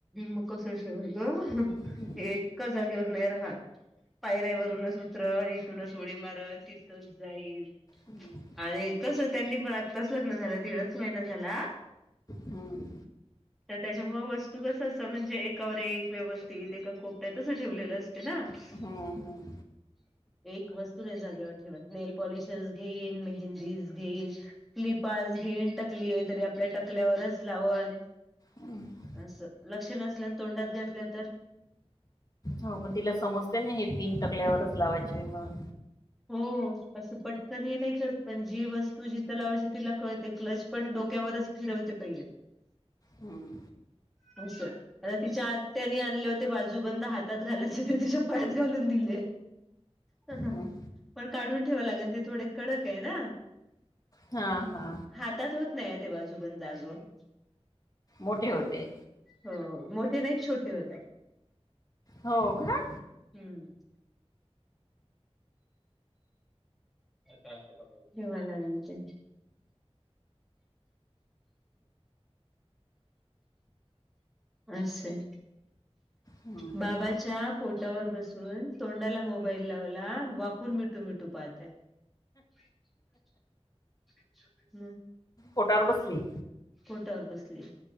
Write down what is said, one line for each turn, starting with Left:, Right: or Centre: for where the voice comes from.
Centre: म कसं ठेवलं ग.
Left: हम्म
Centre: हे एका जागेवर नाय राहत. पायऱ्या वरूनच उतरल, इथूनच उडी मारल, तिथूनच जाईल.
Left: हम्म
Centre: आणि कसं त्यांनी पण आत्ताच लग्न झालं, दीडच महिना झाला.
Left: हम्म.
Centre: त्याच्या मुळे वस्तू कसं असं म्हणजे एकावर एक व्यवस्थित एका कोपऱ्यात असं ठेवलेलं असतं ना.
Left: हं हं.
Centre: <inaudible> एक वस्तू नाय जागेवर ठेवत. नेलपॉलिशच घेईल, मेहंदीच घेईल. क्लिपाच घेईल टकली हे तरी आपल्या टकल्यावरच लावल.
Left: हम्म.
Centre: असं लक्ष नसलं, अन तोंडात घातलं तर?
Left: हो पण तिला समजतय ना ही पिन टकल्यावरच लावायची म्हणून.
Centre: हो असं पटकनी नाही करत पण जी वस्तू जिथं लावायची तिला कळते. क्लच पण डोक्यावरच फिरवते पहिले
Left: हम्म
Centre: <inaudible> असं. आता तिच्या आत्यानी आणले होते बाजूबंद हातात घालायचे, ते तिच्या पायात घालून दिले. हं हं.
Left: हम्म
Centre: पण काढून ठेवा लागेल ते थोडे कडक हे ना.
Left: हा-हा.
Centre: हातात होत नाय ते बाजूबंद अजून.
Left: मोठे होते.
Centre: हो, मोठे नाय छोटे होते.
Left: हो का?
Centre: हम्म. ठेवायला म्हते. <inaudible> असं.
Left: हम्म.
Centre: बाबाच्या पोटावर बसून तोंडाला मोबाईल लावला, वाकून मिटू-मिटू पाहते. <unintelligible> हम.
Left: पोटावर बसले.
Centre: पोटावर बसलीये.